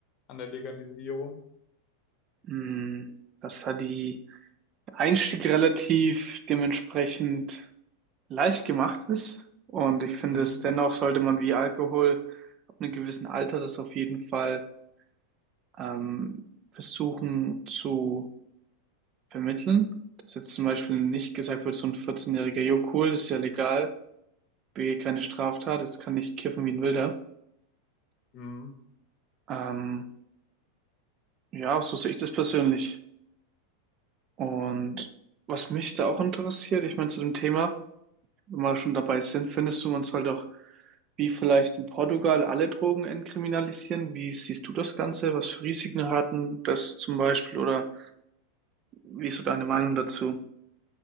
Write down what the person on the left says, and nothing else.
an der Legalisierung.
Mhm.
Mhm.